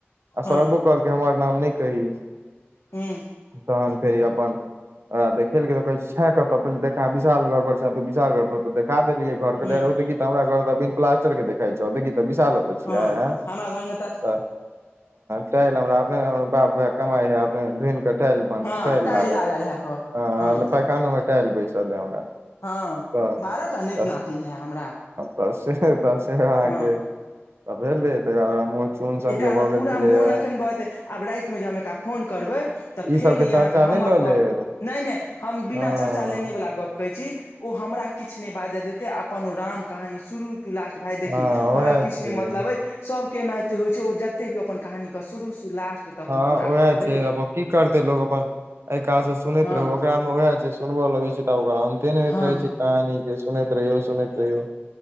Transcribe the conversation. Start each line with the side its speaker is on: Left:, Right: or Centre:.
Right: आ
Left: हँ
Right: सौरभो कहलक हमर नाम नहि कही
Left: हू
Right: तहन कहियौ अपन रा देखेलिय तऽ कहे छे कत पल देखा विशाल घर पर छ तू विशाल घर पर तऽ देखा देलियै घर के
Left: हूँ
Right: ले रह देखी त <inaudible> हमरा घर तऽ प्लासटर के देखाइ छौ देखही त विशाल ओतऽ छियै
Left: हँ
Right: एं
Left: हमरा घरमे
Right: तऽ चाह हमरा अपने बाप भाय कमाइ ह अपने धुनि कऽ टेल बन
Left: हँ
Right: टैल
Left: टाइल
Right: लागल हे
Left: है क हँ
Right: पैकानो में टायल बैसल हे हमरा
Left: हँ
Right: ह ह
Left: बारह टा नाति
Right: <inaudible>
Left: नातिन है हमरा
Right: तऽ से तऽ से अह
Left: हँ
Right: के भेले तकर बाद चून सन
Left: एकरा
Right: के भऽ
Left: तऽ पूरा
Right: गेल छलैये
Left: मोन एखन बतै आब रातिमे जेँ हम एकरा फोन करबै तऽ फेर
Right: सबके
Left: ई
Right: चर्चा
Left: अहाँके हमर
Right: नहि लऽ
Left: गप
Right: लेब
Left: नहि नहि हम बिना
Right: हँ
Left: चर्चा लेने वला गप कहै छी ओ हमरा किछु नहि बाजऽ देतै आ अपन ओ राम कहानी शुरू टू लास्ट भााय देखी
Right: हँ
Left: हमरा
Right: उएह
Left: किछु
Right: छै
Left: नहि मतलब अ सब के एनाहिते होइ छै जते भी अपन कहानी शुरू शऽ लास्ट तक
Right: हँ
Left: ओ पूरा
Right: उएह
Left: कहत बुझलियै
Right: छै अपन की करतै लोकोग अपन एहि कास से सुनैत
Left: हँ
Right: रहू ओकरा मे वएह छैय सुनबल लगी छै त ओकरा अन्ते ने
Left: हँ
Right: होइत रहे छैय कहानी के सुनैत रहियो सुनैत रहियौ